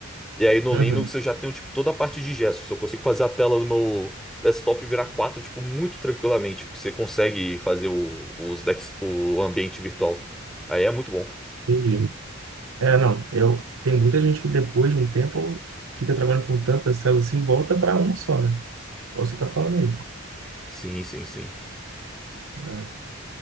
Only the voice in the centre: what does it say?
E aí no
Linux eu já tenho tipo toda a parte de gestos. Eu consigo fazer a tela do meu desktop virar 4 tipo, muito tranquilamente, porque você consegue fazer o, os dex, o ambiente virtual. Aí é muito bom.
Sim, sim, sim.